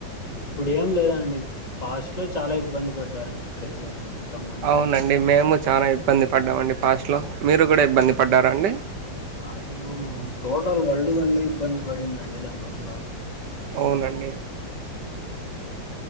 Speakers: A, on the left; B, on the right.
A: ఇప్పుడు ఏం లేదండి పాస్ట్ లో చాలా ఇబ్బంది పడ్డారండి ప్రజలు మనం
B: అవునండి మేము చాలా ఇబ్బంది పడ్డామండి పాస్ట్లో మీరు కూడా ఇబ్బంది పడ్డారంండి
A: అయ్యో టోటల్ వల్డ్ వల్ల ఇబ్బంది పడిందండి దానివల్ల
B: అవునండి